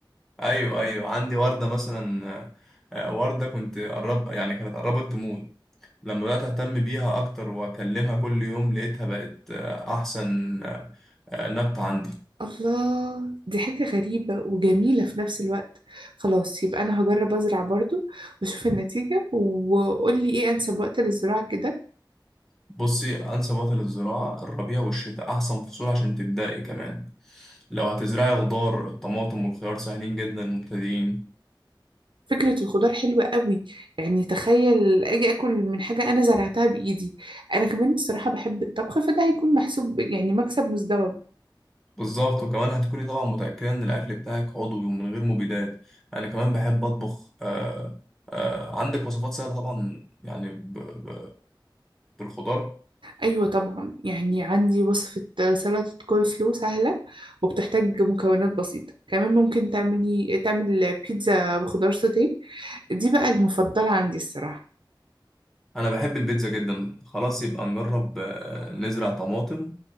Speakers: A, in the centre; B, on the right.
A: أيوه أيوه عندي وردة مثلا آه، آه، وردة كنت قرب يعني كانت قربت تموت لما بدأت أهتم بيها أكتر وأكلمها كل يوم لقيتها بقت آه، أحسن آه، آه، نبتة عندي
B: الله دي حاجة غريبة وجميلة في نفس الوقت خلاص يبقى انا هجرب ازرع برضو واشوف النتيجة وقولي ايه انسب وقت للزراعة كده
A: بصي أنسب وقت للزراعة الربيع والشتاء أحسن فصول عشان تبدأي كمان لو هتزرعي خضار الطماطم والخيار سهلين جدا للمبتدئين
B: فكرة الخضار حلوة قوي يعني تخيل أجي أكل من حاجة أنا زرعتها بإيدي أنا كمان الصراحة بحب الطبخ فده هيكون محسوب يعني مكسب مزدوج
A: بالظبط وكمان هتكوني طبعا متأكدة إن الأكل بتاعك عضوي ومن غير مبيدات أنا كمان بحب أطبخ آه آه عندك وصفات سهلة طبعا يعني ب... ب... بالخضار
B: أيوة طبعا يعني عندي وصفة سلطة كول سلو سهلة وبتحتاج مكونات بسيطة كمان ممكن تعملي تعمل بيتزا بخضار سوتيه دي بقى المفضلة عندي الصراحة
A: انا بحب البيتزا جدا خلاص يبقى نجرب آه، نزرع طماطم